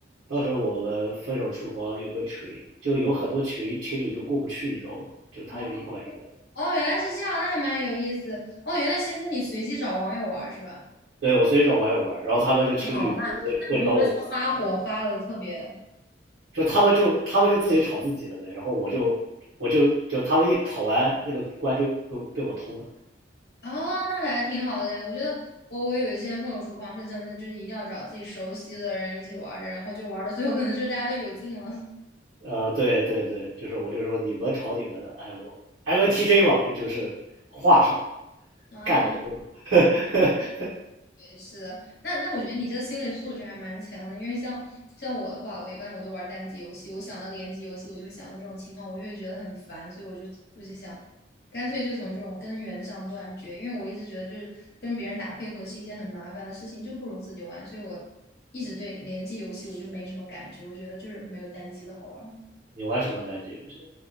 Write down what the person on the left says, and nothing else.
哦哦，原来是这样，那还蛮有意思。哦，原来其实是你随机找网友玩儿是吧？
那好，那那不会说发火发的特别
啊、那还挺好的。我觉得我我以为之前分手厨房是真的，就是一定要找自己熟悉的人一起玩儿的，然后就玩儿到最后可能就大家都有劲了
啊。
是的，那那我觉得你这个心理素质还蛮强的，因为像像我的话，我一般我都玩单机游戏，我想到联机游戏，我就会想到这种情况，我就会觉得很烦，所以我就我就想，干脆就从这种根源上断绝，因为我一直觉得就是跟别人打配合是一件很麻烦的事情，就不如自己玩，所以我一直对联机游戏我就没什么感觉，我觉得就是没有单机的好玩儿